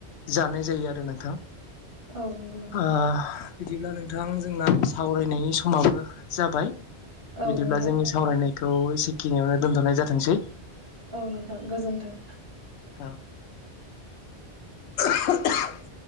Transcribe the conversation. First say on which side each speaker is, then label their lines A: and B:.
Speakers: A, on the left (about 75°); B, on the right (about 50°).
A: जानाय जायो आरो नोंथां
B: औ नंगौ नोंथां।
A: ओ बिदिब्ला नोंथां जोंना सावरायनायनि समाबो जाबाय
B: औ
A: बिदिब्ला
B: नोंथां
A: जोंनि सावरायनाय खौ एसेखिनियावनो दोनथ'नाय जाथोंसै
B: औ नोंथां गोजोन्थों।
A: अ <unintelligible>